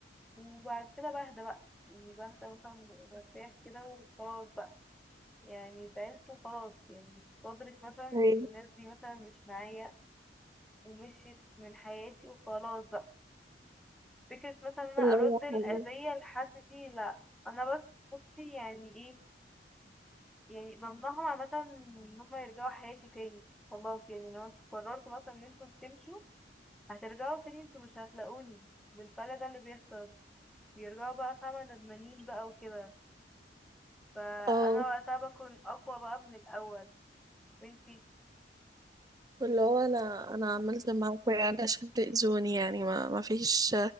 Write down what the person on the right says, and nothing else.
أيوة.
اللي
هو
حل-
اه
اللي هو انا انا عملت معاك ايه علشان تأذوني يعني ما ما فيش